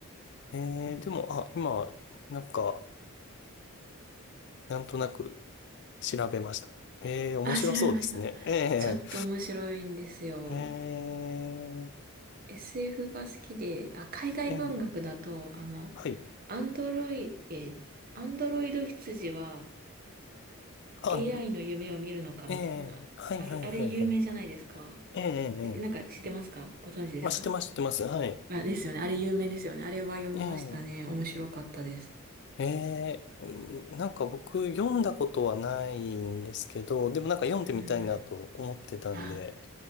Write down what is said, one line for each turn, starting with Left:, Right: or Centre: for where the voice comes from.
Left: ええ、でも、あ、今、なんか、なんとなく調べました。ええ、面白そうですね。
Right: あ、調べました。
Left: え
Right: ちょっと面白いんですよ。
Left: え、ええ、
Right: SF が好きで、あ、海外文学だと、
Left: ええ、
Right: あの、
Left: はい。
Right: アンドロイ、えーアンドロイド羊は
Left: あ、
Right: AI の夢を見るのかみたいな、
Left: ええ、はいはいはいはい。
Right: ある、あれ有名じゃないですか。
Left: ええ、え
Right: えなんか知ってますかご存知ですか
Left: え、えーあ、知ってます、知ってます。はい。
Right: あ、ですよね。あれ有名ですよね。あれは読みましたね。
Left: えー
Right: 面白かったです。
Left: ええ、うんなんか僕読んだことはないんですけど、でもなんか読んでみたいなと思ってたんで、
Right: うん。あ、